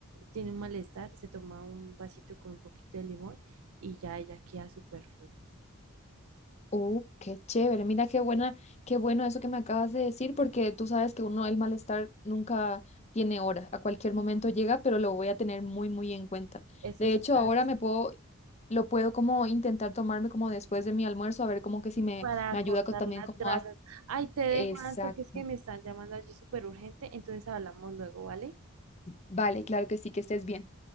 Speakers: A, on the right; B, on the left.
A: tiene un malestar, se toma un vasito con un poquito de limón y ya ella queda súper full.
B: Uh, qué chévere. Mira qué buena, qué bueno eso que me acabas de decir, porque tú sabes que uno el malestar nunca tiene hora. A cualquier momento llega, pero lo voy a tener muy, muy en cuenta.
A: Eso
B: De
A: sí,
B: hecho,
A: ¿sabes?
B: ahora me puedo, lo puedo como intentar tomarme como después de mi almuerzo, a ver como que si me,
A: para
B: me ayuda
A: cortar
B: co- también
A: las
B: como
A: grasas.
B: a...
A: Ay, te dejo,
B: Exacto.
A: Anto, que es que me están llamando allí súper urgente, entonces hablamos luego, ¿vale?
B: Vale, claro que sí, que estés bien.